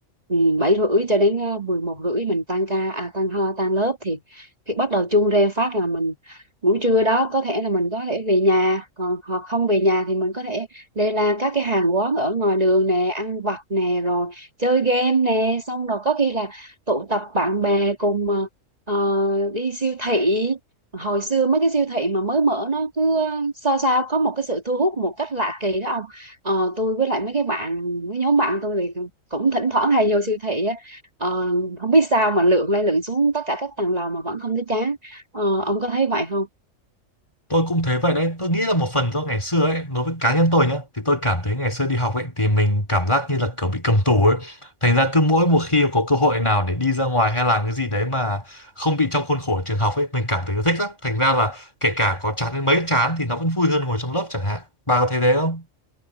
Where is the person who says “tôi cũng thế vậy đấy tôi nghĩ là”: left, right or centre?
Left